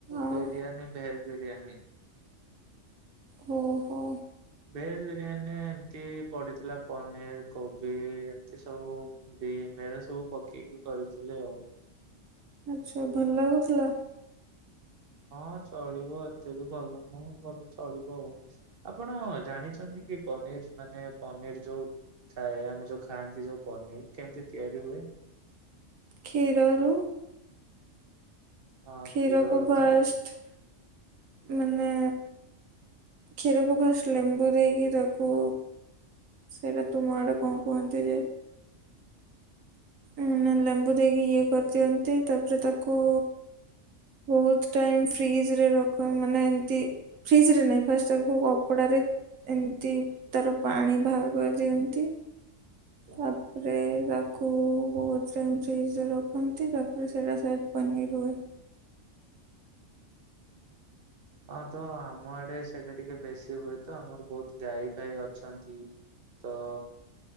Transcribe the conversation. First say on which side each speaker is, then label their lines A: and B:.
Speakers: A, on the right; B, on the right.
A: ଆଉ
B: ବିରିୟାନୀ ଭେଜ ବିରିୟାନୀ।
A: ଅ ହୋ।
B: ଭେଜ ବିରିୟାନୀ ଏମତି ପଡିଥିଲା ପନିର କୋବି ଏମିତି ସବୁ ବିନ୍ ହେରା ସବୁ ପକେଇକି କରିଥିଲି ଆଉ।
A: ଆଚ୍ଛା ଭଲ ଲାଗୁଥିଲା।
B: ହଁ ଚଳିବ ଏତେ ବି ଭଲ ନୁହେଁ ଭଲ ଚଳିବ ଆଉ। ଆପଣ ଜାଣିଚନ୍ତି କି ପନିର ମାନେ ପନିର ଯୋଉ ଥାଏ ଆମେ ଯୋଉ ଖାଆନ୍ତି ଯୋଉ ପନିର କେମିତି ତିଆରି ହୁଏ।
A: କ୍ଷୀରରୁ।
B: ହଁ
A: କ୍ଷୀରକୁ
B: କ୍ଷୀର ଦଉଛି।
A: ଫାଷ୍ଟ ମାନେ କ୍ଷୀରକୁ ଫାଷ୍ଟ ଲେମ୍ବୁ ଦେଇକି ତାକୁ ସେଇଟା ତୁମ ଆଡ଼େ କଣ କୁହନ୍ତି ଯେ ଉ ନା ଲେମ୍ବୁ ଦେଇକି ଇଏ କରିଦିଅନ୍ତି ତାପରେ ତାକୁ ବହୁତ ଟାଇମ ଫ୍ରିଜ ରେ ରଖ ମାନେ ଏମତି ଫ୍ରିଜ ରେ ନାଇଁ ଫାଷ୍ଟ ତାକୁ କପଡାରେ ଏମିତି ତାର ପାଣି ବାହାର କରିଦିଅନ୍ତି
B: ଆଜ୍ଞା
A: ତାପ ପରେ ତାକୁ ବହୁତ ଟାଇମ୍ ଫ୍ରିଜରେ ରଖନ୍ତି ତାକୁ ସେଇଟା ସାୟର ପନିର୍ ହୁଏ।
B: ହଁ ତ ଆମ ଆଡେ ସେ ଇଟା ଟିକେ ବେଶୀ ହୁଏ ତ ଆମର ବହୁତ ଗାଈ ଫାଇ ଅଛନ୍ତି ତ